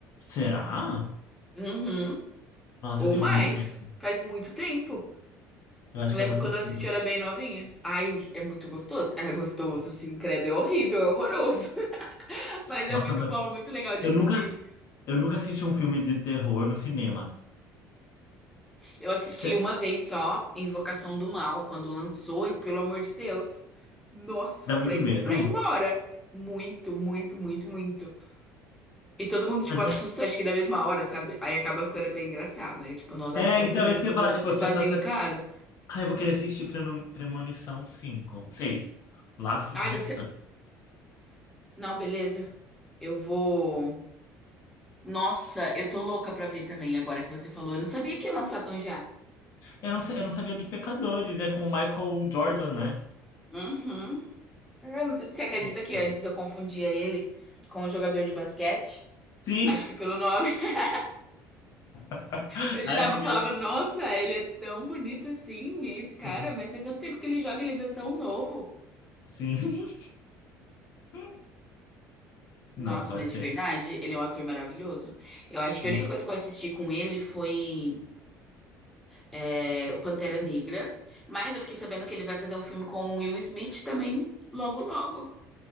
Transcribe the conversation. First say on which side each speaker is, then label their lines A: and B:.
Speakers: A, on the left; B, in the centre.
A: Será?
B: Uhum.
A: Nossa,
B: Ou
A: eu tenho
B: mais.
A: muito medo.
B: Faz muito tempo.
A: Eu acho
B: Eu
A: que
B: lembro
A: eu não
B: quando
A: consigo.
B: eu assisti, eu era bem novinha. Ai, é muito gostoso. É gostoso, assim credo. É horrível, é horroroso. <laughs> Mas é
A: Nossa,
B: muito
A: mas
B: bom, muito legal de
A: eu
B: assistir.
A: nunca, assi- eu nunca assisti um filme de terror no cinema.
B: Eu assisti
A: Cê-
B: uma vez só, Invocação do Mal, quando lançou, e pelo amor de Deus. Nossa,
A: Dá muito
B: pra ir, pra
A: medo?
B: ir embora. Muito, muito, muito, muito. E todo mundo, tipo,
A: Mas-
B: assusta, acho que da mesma hora, sabe? Aí acaba ficando até engraçado. Aí, tipo, não dá
A: É,
B: tanto
A: então,
B: medo
A: é isso
B: quanto
A: que eu ia falar.
B: assistir
A: Tipo, as
B: sozinho
A: pessoas
B: em
A: assistem.
B: casa.
A: Ah, eu vou querer assistir Preno- Premonição cinco, seis, Laços
B: Ai,
A: de
B: você.
A: Sangue.
B: Não, beleza. Eu vou. Nossa, eu tô louca pra ver também agora que você falou. Eu não sabia que ia lançar tão já.
A: Eu não, sa- eu não sabia do Pecadores, é com o Michael Jordan, né?
B: Uhum. Hum, Você acredita
A: Nossa.
B: que antes eu confundia ele com um jogador de basquete?
A: Sim.
B: Acho que pelo nome. <laughs>
A: <laughs>
B: Eu jurava,
A: Ai, que
B: eu
A: engraçado.
B: falava, nossa, ele é tão bonito assim, esse cara,
A: Sim.
B: mas faz tanto tempo que ele joga, ele ainda é tão novo.
A: Sim. <laughs>
B: Nossa,
A: Não, pode
B: mas de
A: ser.
B: verdade, ele é um ator maravilhoso. Eu acho
A: Sim.
B: que a única coisa que eu assisti com ele foi é, o Pantera Negra, mas eu fiquei sabendo que ele vai fazer um filme com o Will Smith também, logo, logo.